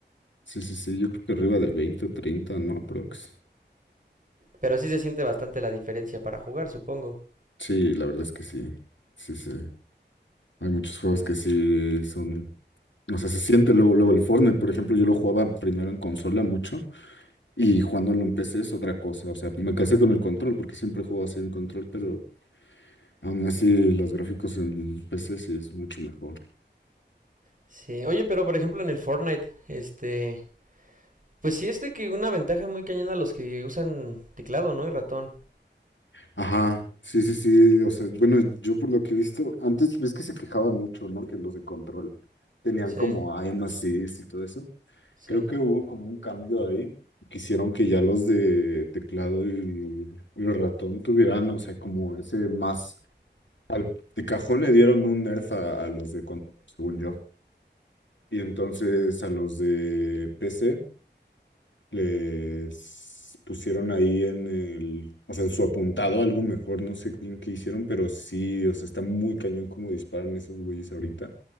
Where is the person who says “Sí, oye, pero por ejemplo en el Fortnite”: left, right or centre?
Right